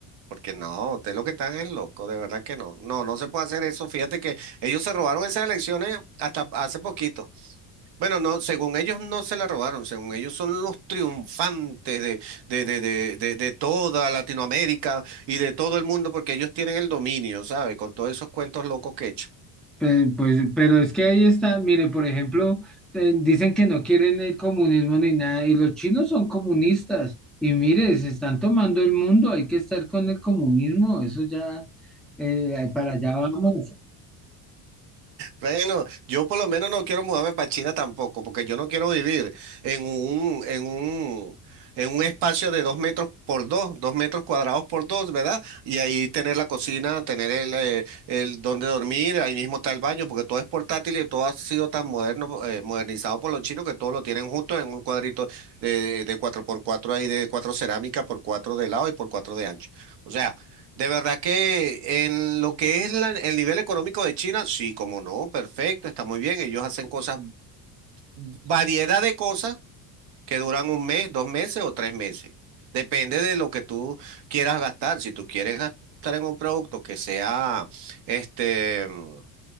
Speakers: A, on the right; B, in the centre.
A: Porque no, usted lo que están es loco, de verdad que no. No, no se puede hacer eso. Fíjate que ellos se robaron esas elecciones hasta hace poquito. Bueno, no, según ellos no se la robaron, según ellos son los triunfantes de, de, de, de, de, de toda Latinoamérica y de todo el mundo, porque ellos tienen el dominio, ¿sabe? Con todos esos cuentos locos que he hecho.
B: Pe- Pues, pero es que ahí está, mire, por ejemplo, te- dicen que no quieren el comunismo ni nada, y los chinos son comunistas, y mire, se están tomando el mundo, hay que estar con el comunismo, eso ya, eh, para allá vamos.
A: Bueno, yo por lo menos no quiero mudarme para China tampoco, porque yo no quiero vivir en un, en un, en un espacio de dos metros por dos, dos metros cuadrados por dos, ¿verdad? Y ahí tener la cocina, tener el, eh, el donde dormir, ahí mismo está el baño, porque todo es portátil y todo ha sido tan moderno, eh, modernizado por los chinos que todo lo tienen junto en un cuadrito de, de cuatro por cuatro ahí de cuatro cerámica por cuatro de lado y por cuatro de ancho. O sea, de verdad que en lo que es la- el nivel económico de China, sí, como no, perfecto, está muy bien. Ellos hacen cosas, variedad de cosas que duran un mes, dos meses o tres meses. Depende de lo que tú quieras gastar. Si tú quieres gastar en un producto que sea este mm,